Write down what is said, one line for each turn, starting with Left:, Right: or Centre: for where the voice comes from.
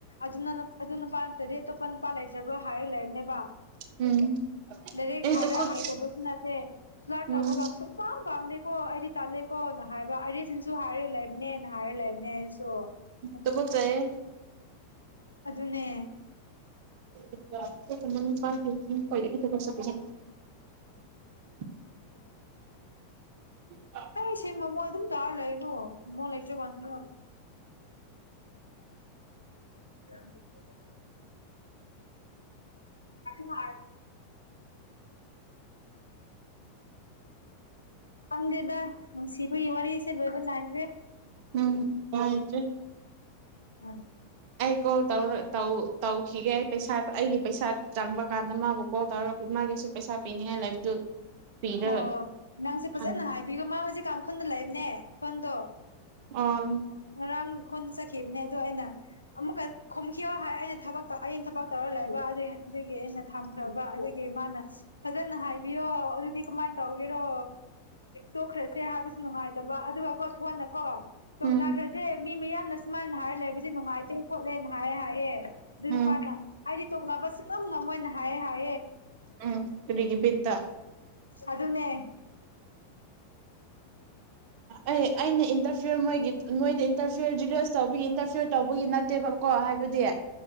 Left: ꯑꯗꯨꯅ ꯑꯗꯨ ꯅꯨꯄꯥ ꯅꯠꯇꯗꯤ ꯑꯇꯣꯞꯄ ꯅꯨꯄꯥ ꯏꯄꯥ ꯂꯩꯖꯕ꯭ꯔꯣ ꯍꯥꯏꯌꯨ ꯂꯩꯔꯝꯅꯦꯕ
Right: ꯎꯝ
Left: ꯏꯔꯦꯛ
Right: ꯑꯩ
Left: ꯍꯥꯏꯔ
Right: ꯇꯨꯀꯠ
Left: ꯍꯥꯏꯇꯕꯁꯨ ꯅꯠꯇꯦ ꯁꯨꯂꯥꯠ
Right: ꯎꯝ
Left: ꯇꯧꯕꯒ ꯁ ꯄꯥꯝ ꯄꯥꯝꯗꯦꯀꯣ ꯑꯩꯗꯤ ꯇꯥꯜꯂꯦꯀꯣꯅ ꯍꯥꯏꯕ ꯑꯁꯤꯟꯁꯨ ꯍꯥꯏꯔ ꯂꯩꯕꯅꯦꯅ ꯍꯥꯏꯔ ꯂꯩꯕꯅꯦ ꯁꯣ ꯑꯗꯣ
Right: ꯇꯨꯀꯠꯆꯩꯌꯦ
Left: ꯑꯗꯨ ꯑꯗꯨꯅꯦ
Right: ꯐ ꯀꯋꯥ ꯐꯁ ꯎ
Left: ꯑꯩ ꯁꯤ ꯃꯃꯣꯟ ꯑꯗꯨꯝ ꯇꯥꯔ ꯂꯩꯅꯣ ꯃꯣꯟ ꯂꯩꯇ꯭ꯔ ꯀꯥꯟꯁꯤ <unintelligible> ꯃꯥ ꯈꯪꯗꯦꯗ ꯅꯨꯡꯁꯤꯕꯒꯤ ꯋꯥꯔꯤꯁꯦ ꯂꯣꯏꯕ ꯅꯥꯏꯗ꯭ꯔꯦ
Right: ꯎꯝ ꯗꯔꯤ
Left: ꯎꯝ
Right: ꯑꯥꯏ ꯀꯣ ꯇꯧ ꯇꯥꯎ ꯇꯥꯎ ꯍꯤꯒꯦ ꯄꯩꯁꯥ ꯑꯩꯒꯤ ꯄꯩꯁꯥ ꯆꯪꯕ ꯀꯥꯟꯗ ꯃꯥꯕꯨ ꯀꯣꯜ ꯇꯧꯔꯒ ꯃꯥꯒꯤꯁꯨ ꯄꯩꯁꯥ ꯄꯤꯅꯤꯡꯉꯥꯏ ꯂꯩꯕꯗꯨ ꯄꯤꯔꯒ
Left: ꯑꯣ ꯅꯪꯁꯨꯦ ꯐꯖꯅ
Right: ꯍꯟꯒꯦ
Left: ꯍꯥꯏꯕꯤꯌꯨ ꯃꯥ ꯍꯧꯖꯤꯛ ꯀꯥꯡꯈꯨꯜꯗ ꯂꯩꯕꯅꯦ ꯊꯣꯟꯗꯣ
Right: ꯑꯣ ꯎꯝ
Left: ꯔꯪ ꯈꯣꯟꯅ ꯆꯠꯈꯤꯕꯅꯦ ꯑꯗꯣ ꯑꯩꯅ ꯑꯃꯨꯛꯀ ꯈꯣꯝꯈꯤꯌꯣ ꯍꯥꯏꯔ ꯑꯩꯅ ꯊꯕꯛ ꯑꯩꯅ ꯊꯕꯛ ꯇꯧꯔ ꯂꯩꯕ ꯑꯗꯨꯒꯤ ꯑꯗꯨꯒꯤ ꯑꯩꯅ ꯊꯝꯈ꯭ꯔꯕ ꯑꯗꯨꯒꯤ ꯃꯥꯅ ꯐꯖꯅ ꯍꯥꯏꯕꯤꯌꯣ ꯑꯗꯨꯗꯤ ꯀꯃꯥꯏꯅ ꯇꯧꯒꯦꯔꯣ ꯇꯣꯛꯈ꯭ꯔꯁꯦ ꯍꯥꯏꯕ ꯅꯨꯡꯉꯥꯏꯇꯕꯥ ꯑꯗꯨꯒ ꯀꯣ ꯊꯣꯟꯅꯀꯣ
Right: ꯎꯝ
Left: ꯇꯣꯛ ꯅꯥꯈ꯭ꯔꯁꯦ ꯃꯤ ꯃꯌꯥꯝꯅꯥ ꯏꯁꯃꯥꯟ ꯍꯥꯏꯔ ꯂꯩꯕꯁꯦ ꯅꯨꯡꯉꯥꯏꯇꯦ ꯈꯣꯠꯂꯦꯅ ꯍꯥꯏꯔ ꯍꯥꯏꯌꯦ ꯑꯗꯨ ꯅꯨꯄꯥꯅ
Right: ꯎꯝ
Left: ꯑꯩꯗꯤ ꯇꯣꯛꯅꯕꯁꯨ ꯉꯝ ꯉꯝꯃꯣꯏꯅ ꯍꯥꯏꯌꯦ ꯍꯥꯏ
Right: ꯎꯝ ꯐꯔꯤꯒ ꯕꯤꯠꯇꯥ
Left: ꯑꯗꯨꯅꯦ
Right: ꯑꯦ ꯑꯩꯅ ꯏꯟꯇꯔꯐꯤꯌꯔ ꯃꯣꯏꯒꯤ ꯅꯣꯏꯗ ꯏꯟꯇꯔꯐꯤꯌꯔ ꯖꯤꯂꯁ ꯇꯧꯕꯒꯤ ꯏꯟꯇꯔꯐꯤꯌꯔ ꯇꯧꯕꯒꯤ ꯅꯠꯇꯦꯕ ꯍꯥꯏꯕꯗꯤ